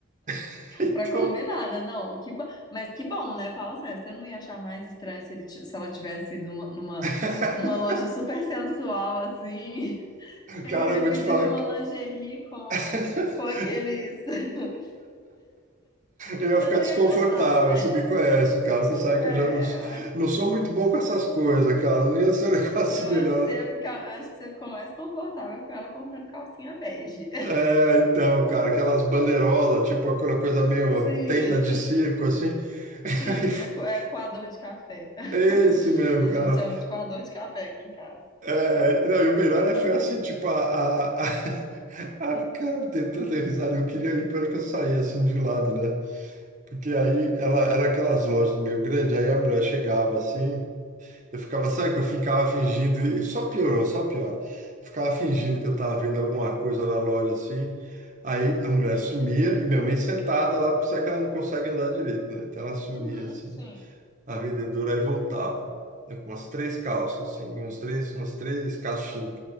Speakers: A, on the right (about 35°); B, on the left (about 20°).
A: <laughs> Então.
B: Pra combinar, né? Não, que bom. Mas que bom, né? Fala sério, você não ia achar mais estranho se, ele ti- se ela tivesse ido numa, numa,
A: <laughs>
B: numa loja super sensual, assim, <laughs> e aí
A: Cara, eu vou
B: pedisse
A: te falar
B: uma
A: que
B: lingerie com,
A: <laughs>
B: com aqueles. <laughs> Você
A: eu ia ficar
B: não
A: desconfortável.
B: ia gostar, né?
A: Você me conhece, cara. Você sabe
B: É,
A: que eu já não, s-
B: eu acho. <laughs>
A: não sou muito bom com essas coisas, cara. Não ia ser um <laughs> negócio
B: Eu acho
A: melhor.
B: que você ia ficar, acho que você ficou mais confortável com ela comprando calcinha bege. <laughs>
A: É, então, cara, aquelas bandeirolas, tipo aquela coisa meio
B: Sim,
A: tenda de circo, assim. <laughs>
B: sim, é, co- é coador de café. <laughs>
A: Esse mesmo,
B: A gente
A: cara.
B: chama de coador de café aqui em casa.
A: É, não, e o melhor é, foi assim, tipo, a, a, a... <laughs> Ah, cara, eu dei tanta risada, eu queria ir para que eu saísse assim de lado, né? Porque aí ela era aquelas lojas meio grandes, aí a mulher chegava assim, eu ficava, sabe que eu ficava fingindo, e só piorou, só piora. Eu ficava fingindo que eu estava vendo alguma coisa na loja assim, aí a mulher sumia e minha mãe sentada lá, porque sabe que ela não consegue andar direito, né? Então ela sumia
B: Uhum,
A: assim
B: sim.
A: a vendedora aí voltava, né, com umas três calças, assim, uns três, umas três caixinhas.